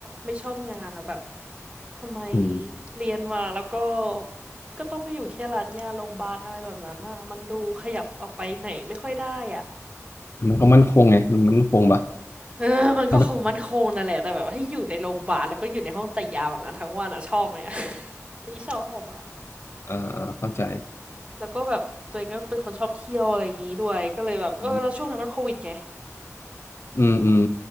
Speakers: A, on the right; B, on the left.
A: ไม่ชอบงานอะแบบทำไม
B: อืม
A: เรียนมาแล้วก็ก็ต้องไปอยู่แค่ร้านยาโรงพยาบาลอะไรแบบนั้นอะมันดูขยับออกไปไหนไม่ค่อยได้อะ
B: มันก็มั่นคงไงมันมั่นคงปะ
A: <laughs> เออมันก็คงมั่นคงนั่นแหละแต่แบบให้อยู่ในโรงพยาบาลแล้วก็อยู่ในห้องจ่ายยาแบบนั้นทั้งวันอะชอบไหมอะ
B: ถ้าแบบ
A: <laughs> ไม่ชอบอะ
B: เออเข้าใจ
A: แล้วก็แบบตัวเองก็เป็นคนชอบเที่ยวอะไรอย่างงี้ด้วยก็เลยแบบเออแล้วช่วงนั้นมันโควิดไง
B: อืมอืม